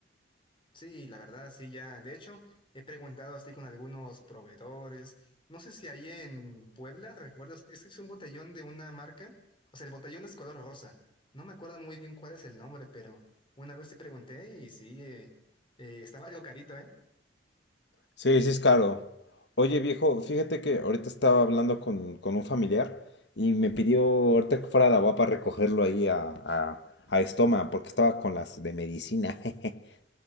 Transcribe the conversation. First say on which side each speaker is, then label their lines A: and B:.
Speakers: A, on the left; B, on the left.
A: Sí, la verdad, sí, ya. De hecho, he preguntado así con algunos proveedores. No sé si ahí en Puebla, ¿recuerdas? Es que es un botellón de una marca. O sea, el botellón es color rosa. No me acuerdo muy bien cuál es el nombre, pero una vez sí pregunté y sí, eh, eh, estaba algo carito, ¿eh?
B: Sí, sí es caro. Oye, viejo, fíjate que ahorita estaba hablando con, con un familiar y me pidió ahorita que fuera a la UAP recogerlo ahí a, a, a Estoma, porque estaba con las de medicina. <laughs>